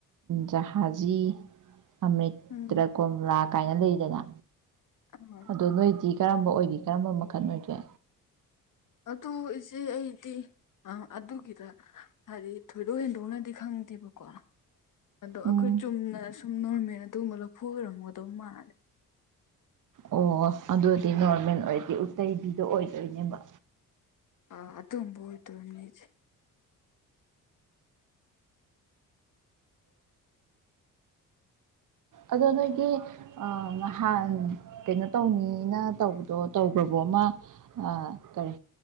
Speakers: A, on the right; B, on the left.
A: ꯖꯍꯥꯖꯤ ꯑꯃꯤꯇ꯭ꯔꯥ
B: ꯎꯝ
A: ꯀꯣꯝꯂꯥ ꯀꯥꯏꯅ ꯂꯩꯗꯅ
B: <unintelligible>
A: ꯑꯗꯣ ꯅꯣꯏꯗꯤ ꯀꯔꯝꯕ ꯑꯣꯏꯒꯦ ꯀꯔꯝꯕ ꯃꯈꯜ ꯑꯣꯏꯒꯦ?
B: ꯑꯗꯣ ꯏꯆꯦ ꯑꯩꯗꯤ ꯑꯥ ꯑꯗꯨꯒꯤꯗ ꯍꯥꯏꯗꯤ ꯊꯣꯏꯗꯣꯛ ꯍꯦꯟꯗꯣꯛꯅꯗꯤ ꯈꯪꯗꯦꯕꯀꯣ ꯑꯗꯣ
A: ꯎꯝ
B: ꯑꯈꯣꯏ ꯆꯨꯝꯅ ꯁꯨꯝ ꯅꯣꯔꯃꯦꯜ ꯑꯗꯨꯒꯨꯝꯕ ꯂꯐꯨ ꯑꯣꯏꯔꯝꯒꯗꯧ ꯃꯥꯜꯂꯦ꯫
A: ꯑꯣ ꯑꯗꯨꯗꯤ ꯅꯣꯔꯃꯦꯜ ꯑꯣꯏꯔꯗꯤ ꯎꯇꯩꯒꯤꯗꯣ ꯑꯣꯏꯗꯣꯏꯅꯦꯕ꯫
B: ꯑꯥ ꯑꯗꯨꯝꯕ ꯑꯣꯏꯗꯣꯏꯅꯤ ꯏꯆꯦ꯫
A: ꯑꯗꯣ ꯅꯣꯏꯒꯤ ꯑꯥ ꯅꯍꯥꯟ ꯀꯩꯅꯣ ꯇꯧꯅꯤꯅ ꯇꯧꯕꯗꯣ ꯇꯧꯒ꯭ꯔꯥꯕꯣ ꯑꯃ ꯑ ꯀꯔꯤ